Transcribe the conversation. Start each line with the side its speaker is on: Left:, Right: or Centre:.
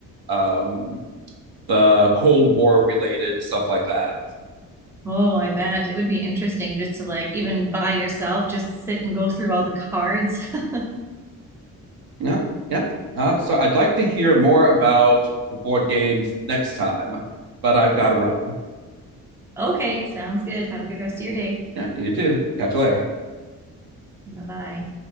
Right: um, the Cold War related stuff like that.
Centre: Oh, I bet it would be interesting just to like even by yourself just sit and go through all the cards. <laughs>
Right: Yep, yep. Yeah. Uh, so I'd like to hear more about your board games next time, but I've got to run.
Centre: Okay, sounds good. Have a good rest of your day.
Right: Yeah, you too. Catch you later.
Centre: Bye-bye.